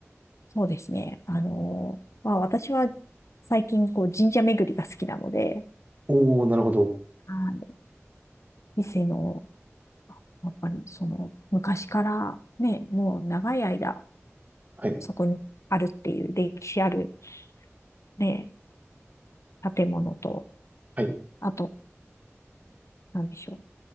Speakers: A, on the left; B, on the right.
A: そうですね。あのーまあ私は最近こう神社巡りが好きなので、
B: おー、なるほど。
A: はい、伊勢の、やっぱりその昔からね、もう長い間
B: はい。
A: そこにあるっていう歴史あるね、建物と、
B: はい。
A: あと、なんでしょ